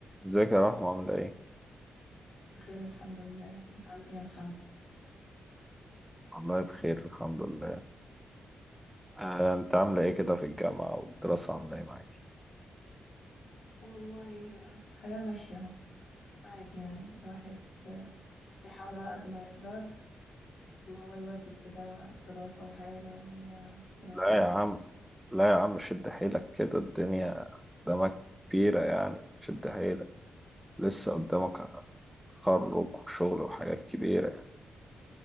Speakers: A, in the centre; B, on the left.
A: ازيك يا رحمة عاملة ايه؟
B: بخير الحمد لله انت عامل ايه يا محمد
A: والله بخير الحمد لله آه، انت عاملة ايه كده في الجامعة والدراسة عاملة ايه معاك؟
B: والله آه، الحياة ماشية اهو عادي يعني الواحد آه، بيحاول على قد ما يقدر ان هو يواكب كده الدراسة والحياة اليومية وحصل
A: لا يا عم لا يا عم شد حيلك كده الدنيا قدامك كبيرة يعني شد حيلك لسه قدامك تخرج وشغل وحاجات كبيرة يعني